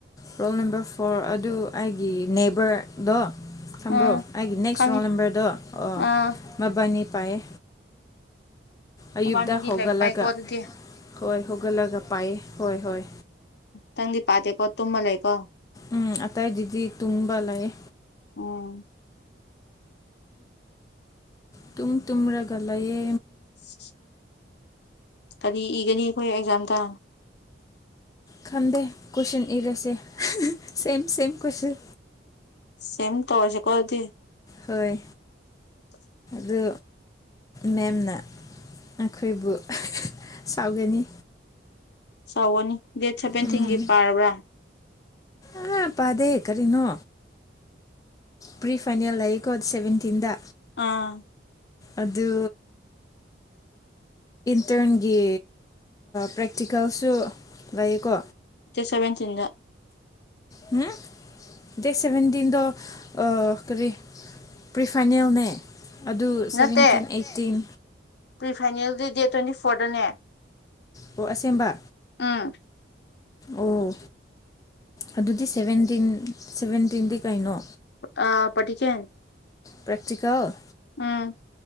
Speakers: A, on the left; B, on the left.
A: ꯔꯣꯜ ꯅꯝꯕꯔ ꯐꯣꯔ ꯑꯗꯨ ꯑꯩꯒꯤ ꯅꯦꯕꯔꯗꯣ ꯈꯝꯕ꯭ꯔꯣ
B: ꯑꯥ
A: ꯑꯩꯒꯤ ꯅꯦꯛꯁ
B: ꯈꯪꯉꯤ
A: ꯔꯣꯜ ꯅꯝꯕꯔꯗꯣ ꯑꯣ
B: ꯑꯥ
A: ꯃꯕꯥꯅꯤ ꯄꯥꯏꯌꯦ ꯑꯌꯨꯛꯇ
B: ꯕꯥꯅꯤꯗꯤ
A: ꯍꯧꯒꯠꯂꯒ
B: ꯂꯥꯏ ꯄꯥꯏ ꯀꯣꯗꯗꯤ
A: ꯍꯣꯏ ꯍꯧꯒꯠꯂꯒ ꯄꯥꯏꯌꯦ ꯍꯣꯏ ꯍꯣꯏ
B: ꯇꯪꯗꯤ ꯄꯥꯇꯦꯀꯣ ꯇꯨꯝꯕ ꯂꯩꯀꯣ
A: ꯎꯝ ꯑꯇꯥꯏ ꯗꯤꯗꯤ ꯇꯨꯝꯕ ꯂꯩꯌꯦ
B: ꯎꯝ
A: ꯇꯨ ꯇꯨꯔꯒꯂꯌꯦ
B: <inaudible> ꯀꯔꯤ ꯏꯒꯅꯤ ꯑꯩꯈꯣꯏ ꯑꯦꯛꯖꯥꯝꯗ
A: ꯈꯟꯗꯦ ꯀꯁꯟ ꯏꯔꯁꯦ ꯁꯦꯝꯃ ꯁꯦꯝꯃ ꯀꯣꯏꯁꯟ
B: ꯁꯤꯃꯤ ꯇꯧꯁꯦ ꯀꯗꯤ
A: ꯍꯣꯏ
B: <inaudible>
A: ꯑꯗꯨ ꯃꯦꯝꯅ ꯑꯩꯈꯣꯏꯕꯨ ꯁꯥꯎꯒꯅꯤ
B: ꯆꯥꯎꯅꯤ ꯗꯦꯠ ꯁꯦꯚꯦꯟꯇꯤꯟꯒꯤ
A: ꯎꯝ
B: ꯄꯥꯔꯕ꯭ꯔꯥ
A: ꯑꯥ ꯄꯥꯗꯦ ꯀꯔꯤꯅꯣ ꯄ꯭ꯔꯤ ꯐꯥꯏꯅꯦꯜ ꯂꯩꯌꯦꯀꯣ ꯁꯚꯦꯟꯇꯤꯟꯗ
B: ꯑꯥ
A: ꯑꯗꯨ ꯏꯁꯇꯔꯟꯒꯤ ꯄ꯭ꯔꯦꯛꯇꯤꯀꯦꯜꯁꯨ ꯂꯩꯌꯦꯀꯣ
B: ꯗꯦꯠ ꯁꯕꯦꯟꯇꯤꯟꯗ
A: ꯑꯝ ꯗꯦꯠ ꯁꯚꯦꯟꯇꯤꯟꯗ ꯀꯔꯤ ꯄ꯭ꯔꯤꯐꯥꯏꯅꯦꯜꯅꯦ ꯑꯗꯨ ꯁꯚꯦꯟꯇꯤꯟ
B: ꯅꯠꯇꯦ
A: ꯑꯩꯠꯇꯤꯟ
B: ꯄ꯭ꯔꯤ ꯐꯥꯏꯅꯦꯜꯗꯤ ꯗꯦꯠ ꯇ꯭ꯋꯦꯟꯇꯤ ꯐꯣꯔꯗꯅꯦ
A: ꯑꯣ ꯑꯁꯦꯡꯕ
B: ꯎꯝ
A: ꯑꯣ ꯑꯗꯨꯗꯤ ꯁꯚꯦꯟꯇꯤꯟ ꯁꯚꯦꯟꯇꯤꯟꯗꯤ ꯀꯩꯅꯣ
B: ꯑ ꯄꯔꯀꯦꯦ
A: ꯄ꯭ꯔꯦꯇꯤꯀꯦꯜ
B: ꯎꯝ